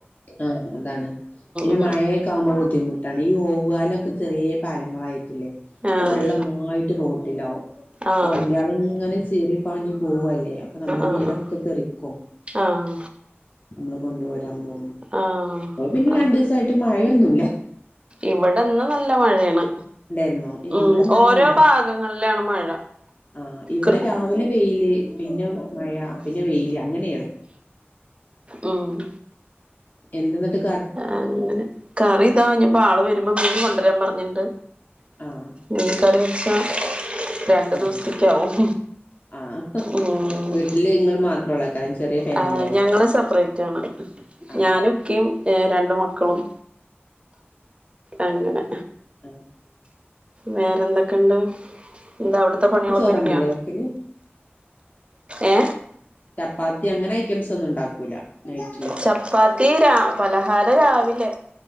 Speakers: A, on the left; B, on the right.
A: ആഹ എന്താണ് പിന്നെ
B: ഉം
A: മഴയൊക്കെ ആവുമ്പോ ബുദ്ധിമുട്ടാണ് ഈ ഓവുകാലൊക്കെ ചെറിയ പാലങ്ങളായി <inaudible> ഇപ്പൊ
B: ആഹ്
A: വെള്ളം നന്നായിട്ട് റോട്ടിലാവും ഇപ്പൊ
B: ആഹ്
A: വണ്ടിയള ഇങ്ങനെ ചീറി പഞ്ഞു പോവല്ലേ അപ്പൊ നമ്മള് മീനൊക്കെ
B: ആഹ് ആഹ്
A: തെറിക്കും
B: ആഹ്
A: നമ്മൾ കൊണ്ടുവരാൻ പോ
B: ആഹ്
A: പിന്നെ
B: ആഹ്
A: രണ്ടു ദിവസായിട്ട് മഴയൊന്നും ഇ ഇല്ല
B: ഇവിടെന്ന് നല്ല മഴയാണ്
A: ഉണ്ടായിരന്നോ ഏ
B: ഉം
A: ഇവിടെ മാഴയില്ല
B: ഓരോ ഭാഗങ്ങളിലാണ് മഴ
A: ആ ഇവിടെ
B: കൃ
A: രാവിലെ പെയില് പിന്നെ മഴ പിന്നെ വെയില അങ്ങനയാറന്നു
B: ഉം
A: എന്തെന്നിട്ട്
B: അങ്ങനെ കറി ഇതാഞ്ഞപ്പോ ആള് വരുമ്പോ മീൻ കെ അത്രയം പറഞ്ഞിട്ടണ്ട്
A: ആഹ്
B: മീൻ കറി ശ രണ്ട
A: ആഹ്
B: ദിവസ്തേക്കാവും
A: ആഹ്
B: ഉം
A: വീട്ടില് ഇങ്ങൾ മാത്രൊള്ളൂ കാരണം ചെറിയ ഫാമിലി
B: ആ
A: ആവും
B: ഞങ്ങള് സെപ്പറേറ്റ് ആാണ്
A: ആഹ്
B: ഞാനും ഇക്കെയ എ രണ്ട മക്കളും അങ്ങനെ
A: ആഹ്
B: വേറെ എന്തൊക്കെയണ്ട് എന്താ അവിടുത്തെ പണികളൊക്കെ
A: ചോറന്നില്ലേ
B: ഒരുങ്ങിയ
A: വെക്കല്
B: ഏ
A: ചപ്പാത്തി അങ്ങനെ ഐറ്റംസ് ഒന്നും ഉണ്ടാക്കൂല നൈറ്റില്
B: ചപ്പാത്തി രാ പലഹാരം രാവിലെ